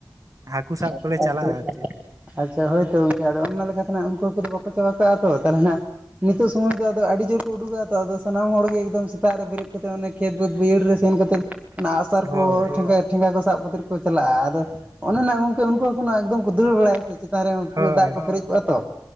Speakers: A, on the right; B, on the right.
A: ᱦᱟᱹᱠᱩ ᱥᱟᱵ
B: <inaudible>
A: ᱠᱚᱞᱮ ᱪᱟᱞᱟᱜᱼᱟ ᱟᱨ ᱪᱮᱫ
B: ᱟᱪᱪᱷᱟ ᱦᱳᱭ ᱛᱚ ᱜᱚᱝᱠᱮ ᱟᱫᱚ ᱚᱱᱱᱟ ᱞᱮᱠᱟ ᱛᱮᱱᱟ ᱩᱝᱠᱩ ᱦᱟᱹᱠᱩ ᱵᱟᱠᱚ ᱪᱟᱵᱟᱠᱚᱜ-ᱟ ᱛᱚ ᱛᱟᱞᱦᱮ ᱦᱱᱟᱜ-ᱟ᱾ ᱱᱤᱛᱚᱜ ᱥᱚᱢᱚᱭ ᱫᱚ ᱟᱫᱚ ᱟᱹᱰᱤ ᱡᱳᱨ ᱠᱚ ᱩᱰᱩ ᱠᱚᱜ-ᱟ᱾ ᱛᱚ ᱟᱫᱚ ᱥᱟᱱᱟᱢ ᱦᱚᱲᱜᱮ ᱮᱠᱫᱚᱢ ᱥᱮᱛᱟᱜ ᱨᱮ ᱵᱮᱨᱮᱫ ᱠᱟᱛᱮ ᱚᱱᱮ ᱠᱷᱮᱛ ᱵᱟᱹᱛ ᱵᱟᱹᱭᱦᱟᱹᱲ ᱨᱮ ᱥᱮᱱ ᱠᱟᱛᱮᱱ, ᱚᱱᱟ ᱟᱹᱜ ᱥᱟᱨ
A: ᱦᱳᱭ
B: ᱠᱚ <unintelligible> ᱴᱷᱮᱸᱜᱟ ᱠᱚ ᱥᱟᱵ ᱠᱟᱛᱮᱫ ᱠᱚ ᱪᱟᱞᱟᱜ-ᱟ ᱟᱫᱚ ᱚᱱᱮ ᱱᱟᱜ ᱜᱚᱝᱠᱮ ᱩᱝᱠᱩ ᱦᱟᱹᱠᱩ ᱱᱟᱜ ᱮᱠᱫᱚᱢ ᱠᱚ ᱫᱟᱹᱲ ᱵᱟᱲᱟᱭᱟ ᱥᱮ ᱪᱮᱛᱟᱱ ᱨᱮᱢᱟ
A: ᱦᱳᱭ
B: ᱯᱩᱨᱟᱹ ᱫᱟᱜ ᱠᱚ ᱯᱮᱨᱮᱡ ᱠᱚᱜ-ᱟ ᱛᱚ